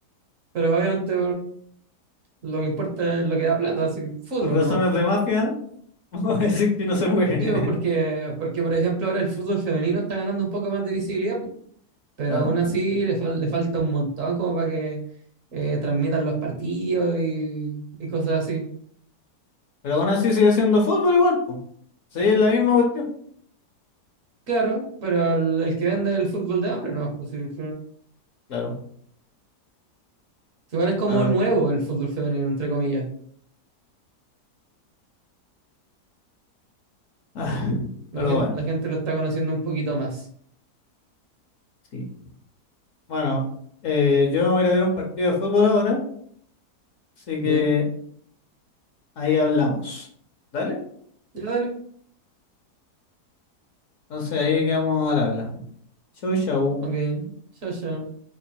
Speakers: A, on the right; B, on the left.
A: Pero obviamente lo que importa es lo que da plata, así que fútbol,
B: Por razones
A: ¿no?
B: de mafia, <laughs> vamos a decir que no se puede.
A: Digo,
B: <laughs>
A: porque, porque, por ejemplo, ahora el fútbol femenino está ganando un poco más de visibilidad, po, pero
B: Claro.
A: aún así le, fal- le falta un montón como para que eh, transmitan los partidos y, y cosas así.
B: Pero aún así sigue siendo fútbol igual, pues. Sí, es la misma cuestión.
A: Claro, pero el, el que vende el fútbol de hombre no más posible.
B: Claro,
A: Igual es como
B: claro.
A: nuevo
B: claro. <laughs>
A: el fútbol femenino, entre comillas.
B: Ah, pero
A: La gente,
B: bueno,
A: la gente lo está conociendo un poquito más.
B: sí. Bueno, eh, yo me voy a ir a ver un partido de fútbol ahora, así
A: ¿Ya?
B: que ahí hablamos. ¿Dale?
A: Ya dale.
B: Entonces ahí quedamos al habla. Chau, chau.
A: Ok. Chao, chao.